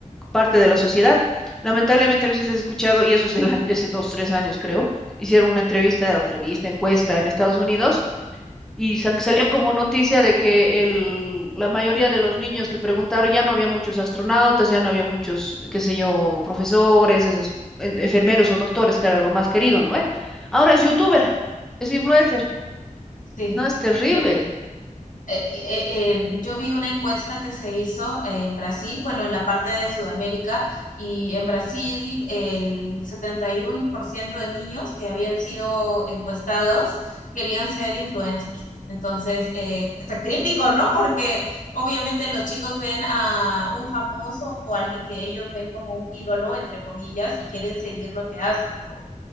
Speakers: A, in the centre; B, on the left.
A: parte de la sociedad. Lamentablemente, no sé si has escuchado, y eso es del año, hace dos, tres años creo, hicieron una entrevista, entrevista, encuesta en Estados Unidos y sa-
B: ujú.
A: salió como noticia de que el, la mayoría de los niños que preguntaron, ya no había muchos astronautas, ya no había muchos, qué sé yo, profesores, esos en- enfermeros o doctores, que era lo más querido, ¿no? eh Ahora es youtuber, es influencer.
B: Sí,
A: No, es terrible.
B: Eh, eh, eh, eh, yo vi una encuesta que se hizo en Brasil, bueno, en la parte de Sudamérica, y en Brasil el 71% de niños que habían sido encuestados querían ser influencers. Entonces, eh, está crítico, ¿no? Porque obviamente los chicos ven a un famoso o alguien que ellos ven como un ídolo, entre comillas, y quieren seguir lo que hace, pero